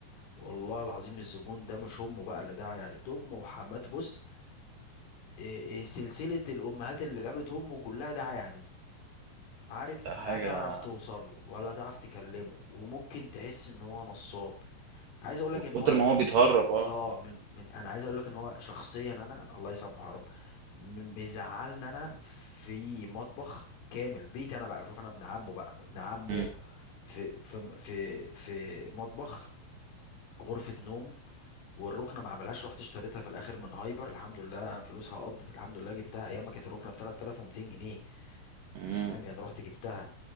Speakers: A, on the left; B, on the right.
A: والله العظيم الزبون ده مش امه بقى اللي داعي عليه ده امه وحماته بص إيه إيه سلسله الامهات اللي جابت امه كلها داعي عليه عارف
B: ده
A: لا
B: حاجه
A: هتعرف توصل له ولا هتعرف تكلمه وممكن تحس ان هو نصاب عايز اقول لك
B: من كتر
A: ان هو
B: ما هو بيتهرب اه
A: اه من من انا عايز اقول لك ان هو شخصيا انا الله يسامحه يا رب م- مزعلني انا في مطبخ كامل بيتي انا بقى بشوف انا ابن عمه بقى ابن عمه
B: مم.
A: في في في في مطبخ غرفة نوم والركنه ما عملهاش رحت اشتريتها في الاخر من هايبر الحمد لله فلوسها قضت الحمد لله جبتها ايام ما كانت الركنه ب 3200 جنيه
B: مم.
A: فاهم يعني رحت جبتها